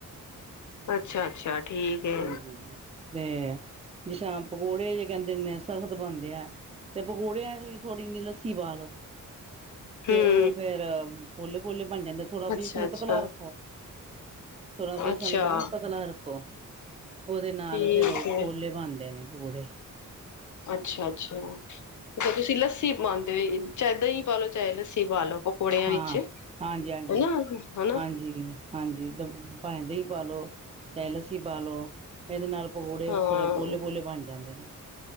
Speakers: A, on the left; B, on the right.
A: ਅੱਛਾ ਅੱਛਾ ਠੀਕ ਹੈ
B: ਹਾਂਜੀ ਤੇ ਜ ਪਕੌੜੇ ਕਹਿੰਦੇ ਨੇ ਸਖ਼ਤ ਬਣਦੇ ਆ ਤੇ ਪਕੌੜਿਆਂ ਚ ਵੀ ਥੋੜ੍ਹੀ ਜਿਨੀ ਲੱਸੀ ਪਾ ਲੋੋ ਤੇ
A: ਹਮ
B: ਉਹ ਫੇਰ ਬੋਲੇ ਬੋਲੇ ਬਣ ਜਾਂਦਾ ਥੋੜਾ ਵੇਸਣ
A: ਅੱਛਾ ਅੱਛਾ
B: ਪਤਲਾ ਰੱਖੋ ਥੋੜ੍ਹਾ ਵੇਸਣ
A: ਅੱਛਾ
B: ਹਨਾ ਪਤਲਾ ਰੱਖੋ ਉਹਦੇ ਨਾਲ
A: ਠੀਕ
B: ਫੇਰ ਉਹ
A: ਹੈ
B: ਪੋਲੇ ਬਣਦੇ ਨੇ ਬੜੇ
A: ਅੱਛਾ ਅੱਛਾ ਤੁਸੀਂ ਲੱਸੀ ਤੇ ਚਾਹੇ ਦਹੀਂ ਪਾਲੋ ਚਾਹੇ ਲੱਸੀ ਪਾ ਲੋ ਪਕੌੜਿਆਂ
B: ਹਾਂ
A: ਵਿੱਚ
B: ਹਾਂਜੀ
A: ਹਨਾ
B: ਹਾਂਜੀ
A: ਹਨਾ
B: ਹਾਂਜੀ ਹਾਂਜੀ। ਭਾਂਵੇਂ ਦਹੀ ਪਾ ਲਉ ਤੇ ਲੱਸੀ ਪਾ ਲਉ ਇਹਦੇ ਨਾਲ ਪਕੌੜੇ
A: ਹਾਂ
B: ਥੋੜ੍ਹੇ ਪੋਲੇ ਪੋਲੇ ਬਣ ਜਾਂਦੇ ਨੇ।